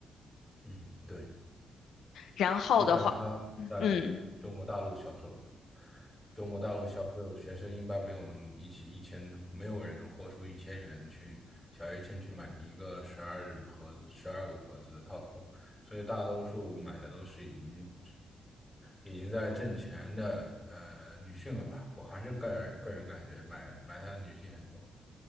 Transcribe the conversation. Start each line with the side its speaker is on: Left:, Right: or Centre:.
Centre: 嗯对，
Left: 然后的话，
Centre: 再加上它在中国大陆销售吧，
Left: 嗯，
Centre: 中国大陆销售学生一般没有那么一起一千的，没有人能豁出一千元去小一千去买一个十二盒子、十二个盒子的套装，所以大多数买的都是已经已经在挣钱的呃女性了吧，我还是个人个人感觉买买它的女性很多，